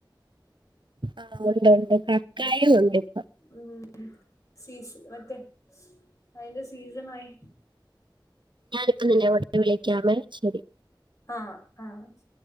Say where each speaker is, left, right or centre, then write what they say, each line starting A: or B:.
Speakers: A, on the right; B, on the left.
A: ആ ഉണ്ട് ഉണ്ട് കക്കായു ഉണ്ടിപ്പൊ
B: ഉമ് സീസ് മറ്റേ ശ് അയ്ന്റെ സീസണായി
A: ഞാനിപ്പ <unintelligible> വിളിക്കാവെ ശരി
B: ആ ആ ശ്